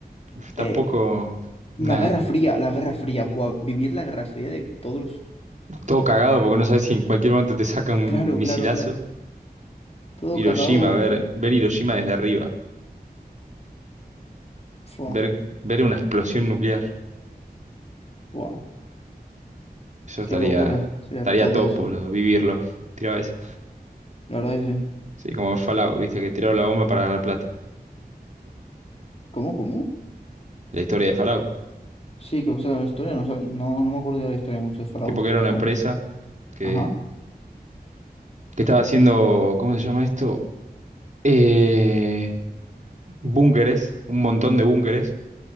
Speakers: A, on the right (about 45°); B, on the left (about 40°).
A: Uf, Tampoco.
B: Eh, la
A: Nada.
B: Guerra Fría, la Guerra Fría. Buah, vivir la Guerra Fría de todos los...
A: Todo cagado porque no sabes si en cualquier momento te saca un
B: Claro,
A: misilazo.
B: claro, claro. Todo
A: Hiroshima,
B: cagado.
A: ver, ver Hiroshima desde arriba.
B: Fua,
A: Ver, ver una explosión nuclear.
B: buah.
A: Eso estaría.
B: Qué locura sería
A: Estaría
B: todo
A: top,
B: eso.
A: boludo. Vivirlo. Tiraba esa.
B: La verdad es que sí.
A: Sí, como Fallout, viste, que tiraron la bomba para ganar plata.
B: ¿Cómo, cómo?
A: La historia de Fallout.
B: Sí, ¿qué pasa con la historia? No, sabe- no, no me acuerdo de la historia mucho de Fallout.
A: Tipo que era una
B: ¿Cómo?
A: empresa que,
B: Ajá.
A: que estaba haciendo. ¿Cómo se llama esto? Eh. búnkeres, un montón de búnkeres.